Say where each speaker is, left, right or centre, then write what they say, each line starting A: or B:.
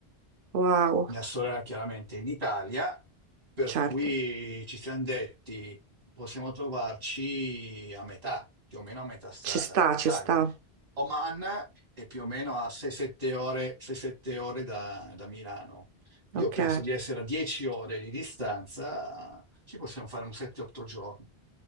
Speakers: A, on the right; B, on the right.
A: wow,
B: mia sorella chiaramente in Italia, per
A: certo,
B: cui ci siamo detti possiamo trovarci a metà, più o meno a metà strada.
A: ci sta,
B: Sai,
A: ci sta.
B: Oman è più o meno a 6-7 ore, 6-7 ore da, da Milano. Io
A: Ok,
B: penso di essere a 10 ore di distanza, ci possiamo fare un 7-8 giorni